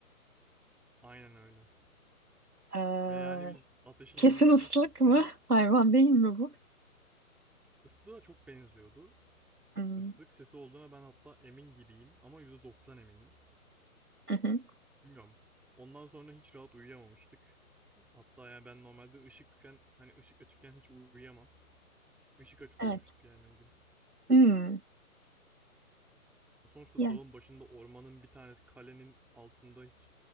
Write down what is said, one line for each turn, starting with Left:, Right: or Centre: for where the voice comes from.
Centre: Aynen öyle.
Right: Ee,
Centre: Ve yani biz ateşin
Right: kesin
Centre: yanına
Right: ıslık
Centre: geçtik
Right: mı?
Centre: hemen.
Right: <laughs> Hayvan değil mi bu?
Centre: Islığa çok benziyordu.
Right: Hmm.
Centre: Islık sesi olduğuna ben hatta emin gibiyim ama %90 eminim.
Right: Hı hı.
Centre: Bilmiyorum. Ondan sonra hiç rahat uyuyamamıştık. Hatta yani ben normalde ışıkken hani ışık açıkken hiç uyuyamam. Işık açık
Right: Evet.
Centre: uyumuştuk yani o gün.
Right: Hmm.
Centre: Sonuçta
Right: Yani
Centre: dağın başında ormanın bir tanesi kalenin altında hiç